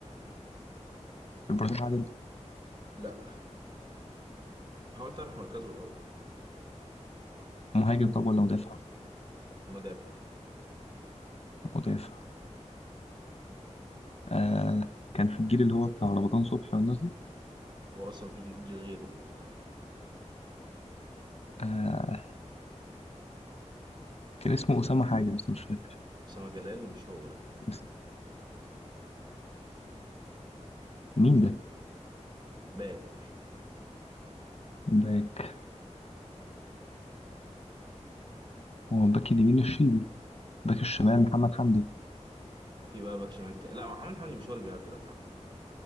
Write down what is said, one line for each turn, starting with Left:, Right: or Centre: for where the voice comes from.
Left: إبراهيم عادل
Right: لا حاول تعرف مركزه الاول
Left: مهاجم طب ولا مدافع؟
Right: مدافع
Left: مدافع آه كان في الجيل اللي هو بتاع رمضان صبحي والناس دي
Right: هو اصلا مفيش جيل غيره يعني اه
Left: آه كان اسمه أسامة حاجة بس مش فاكر
Right: اسامه جلال مش هو لا
Left: بس مين ده؟
Right: باك
Left: باك هو الباك اليمين الشيبي باك الشمال محمد حمدي
Right: في بقى باك شمال تاني لا محمد حمدي مش هو اللي بيلعب دلوقتي عامه